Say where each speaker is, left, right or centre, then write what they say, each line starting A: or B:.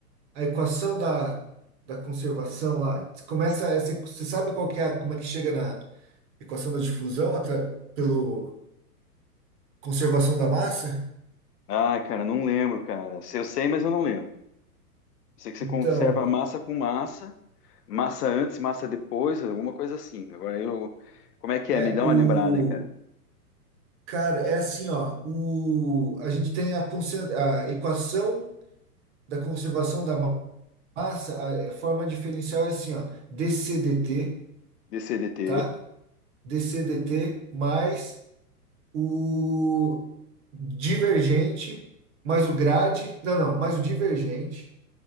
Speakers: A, on the right (about 45°); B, on the left (about 75°).
A: a equação da, da conservação lá, começa, essa, você sabe qual que é, a- como é que chega na equação da difusão atra, pelo conservação da massa?
B: Ah, cara, não lembro, cara. Se Eu sei, mas eu não lembro. Sei que você
A: Então,
B: conserva massa com massa, massa antes, massa depois, alguma coisa assim. Agora eu. Como é que
A: é
B: é? Me dá
A: o
B: uma lembrada aí, cara.
A: cara, é assim, ó, o a gente tem a, concen- a equação da conservação da Massa, a a forma diferencial é assim, ó, DCDT,
B: DCDT.
A: tá? DCDT mais o divergente, mais o grade, não, não, mais o divergente,